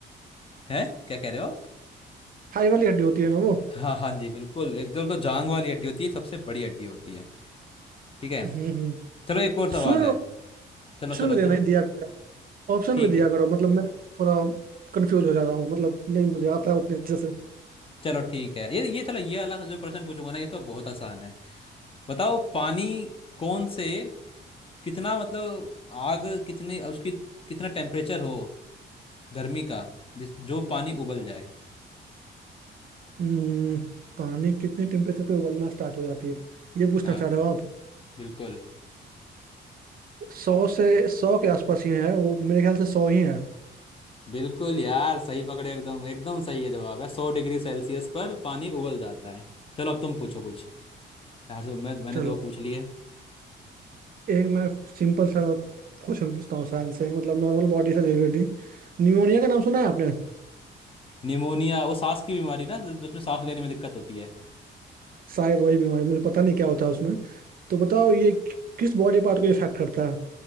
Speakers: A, on the left; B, on the right.
A: है क्या कह रहे हो आप
B: थाई वाली हड्डी होती है ना वो
A: हाँ हाँ जी बिल्कुल एकदम तो जांग वाली हड्डी होती है सबसे बड़ी हड्डी होती है ठीक है
B: हम्म हम्म।
A: चलो एक और सवाल
B: सुन
A: है चलो
B: ऑप्शन
A: चलो
B: में देना
A: तुम
B: ही दिया ऑप्शन
A: ठीक
B: भी दिया
A: है
B: करो मतलब मैं थोड़ा कंफ्यूज हो जा रहा हूँ मतलब नहीं मुझे आता है उतने अच्छे से
A: चलो ठीक है ये ये चलो ये वाला जो प्रश्न पूछूंगा ना ये तो बहुत आसान है बताओ पानी कौन से कितना मतलब आग कितनी उसकी कितना टेम्परेचर हो गर्मी का जिस जो पानी उबल जाए
B: हम्म, पानी कितने टेम्परेचर पे उबलना स्टार्ट हो जाती है ये पूछना
A: हाँ
B: चाह रहे हो आप
A: बिल्कुल
B: सौ से सौ के आसपास ही है वो मेरे ख्याल से सौ ही है
A: बिल्कुल यार सही पकड़े एकदम एकदम सही है जवाब है सौ डिग्री सेल्सियस पर पानी उबल जाता है चलो अब तुम पूछो कुछ यार जो मैं मैंने
B: चलो
A: दो पूछ लिए
B: एक मैं सिंपल सा क्वेश्चन पूछता हूँ साइंस से मतलब नॉर्मल बॉडी से रिलेटेड न्यूमोनिया का नाम सुना है आपने
A: निमोनिया वो सांस की बीमारी ना जिसमें सांस लेने में दिक्कत होती है
B: शायद वही बीमारी मुझे पता नहीं क्या होता है उसमें तो बताओ ये कि- किस बॉडी पार्ट को इफेक्ट करता है